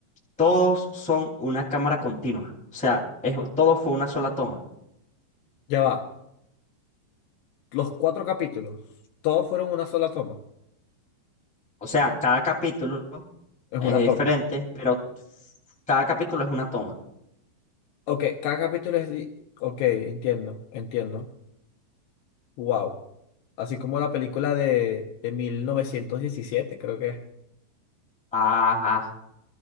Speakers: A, in the centre; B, on the left (about 75°).
A: Todos son una cámara continua. O sea, es, todo fue una sola toma.
B: Ya va. Los cuatro capítulos, todos fueron una sola toma.
A: O sea, cada capítulo
B: Es
A: es
B: una
A: diferente,
B: toma.
A: pero cada capítulo
B: Ah,
A: es una toma.
B: ok, cada capítulo es... di- Ok, entiendo, entiendo. Wow. Así como la película de, de mil novecientos diecisiete creo que es.
A: Ajá,